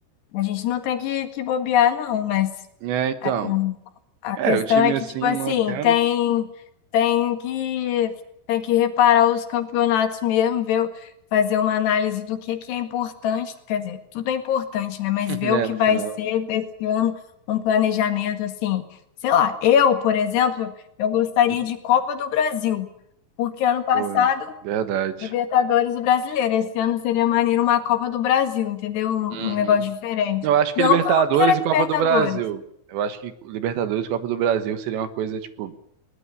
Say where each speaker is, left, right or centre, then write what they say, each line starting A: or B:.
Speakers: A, on the left; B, on the right.
A: A gente não tem que, que bobear, não, mas
B: É, então.
A: a, o- a
B: É,
A: questão
B: o time
A: é que,
B: assim
A: tipo assim,
B: mantendo.
A: tem, tem que, tem que reparar os campeonatos mesmo, ver, o- fazer uma análise do que, que é importante, quer dizer, tudo é importante, né? Mas
B: <laughs>
A: ver
B: É,
A: o que
B: no
A: vai
B: final.
A: ser desse ano, um planejamento assim. Sei lá, eu, por exemplo, eu gostaria
B: <laughs>
A: de Copa do Brasil, porque ano passado
B: Pô, é verdade.
A: Libertadores e Brasileiro. Esse ano seria maneiro uma Copa do Brasil, entendeu? Um
B: Uhum.
A: um negócio diferente.
B: Eu acho
A: Não
B: que Libertadores
A: que eu não queira
B: e Copa
A: Libertadores,
B: do Brasil. Eu acho que Libertadores e Copa do Brasil seria uma coisa, tipo.